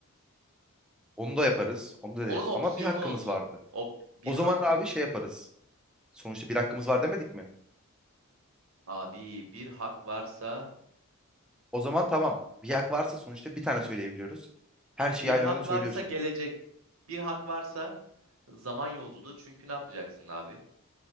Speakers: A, in the centre; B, on the right.
A: Onu da yaparız. Onu da
B: Onun
A: deriz.
B: opsiyonu
A: Ama bir hakkımız
B: olsun.
A: vardı.
B: O bir
A: O
B: hak
A: zaman
B: mı?
A: abi şey yaparız. Sonuçta bir hakkımız var demedik mi?
B: Abi bir hak varsa
A: O zaman tamam. Bir hak varsa sonuçta bir tane söyleyebiliyoruz. Her
B: Bir
A: şeyi aynı
B: hak
A: anda söylüyorsun.
B: varsa gelecek. Bir hak varsa zaman yolculuğu. Çünkü ne yapacaksın abi?